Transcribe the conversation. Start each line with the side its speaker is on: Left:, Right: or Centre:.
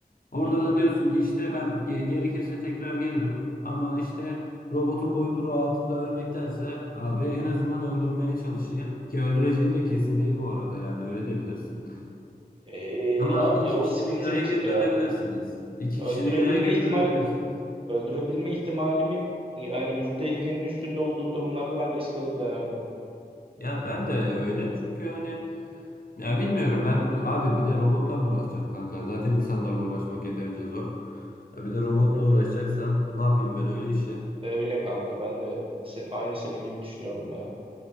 Left: Orada
Right: Hı hı.
Left: da diyorsun ki işte ben ge- gerekirse tekrar gelirim. Ama işte robotun boyunduruğu altında ölmektense abi en azından öldürmeye çalışayım. Ki öldüreceğin de kesin değil bu arada yani öyle de bilirsin.
Right: Ee,
Left: Ama
Right: abi
Left: iki
Right: o
Left: kişi
Right: sıkıntı
Left: dünyaya
Right: bir
Left: geri
Right: tık ya.
Left: dönebilirsiniz. İki
Right: Öldürebilme
Left: kişi dünyaya geri
Right: ihtimali
Left: dönebilirsiniz.
Right: Öldürebilme ihtimalimin yani yüzde elli'nin üstünde olduğu durumlarda ben risk alır denerdim.
Left: Ya ben de öyle çünkü hani Ya bilmiyorum ben abi bir de robotla mı uğraşacağım kanka? Zaten insanlarla uğraşmak yeterince zor. Ya Bir de robotla uğraşacaksam ne yapayım ben öyle işi?
Right: Öyle kanka ben de se- aynı senin gibi düşünüyorum ya.